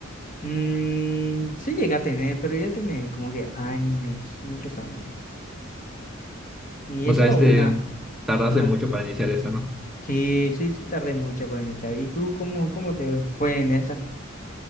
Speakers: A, on the left; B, in the centre.
A: Mm, sí llega a tener, pero ya tiene como que años, muchos años. Y
B: O
A: es
B: sea,
A: solo
B: este,
A: una,
B: tardaste
A: una.
B: mucho para iniciar esta, ¿no?
A: Sí, sí, sí, tardé mucho para iniciar. ¿Y tú cómo, cómo te fue en esa?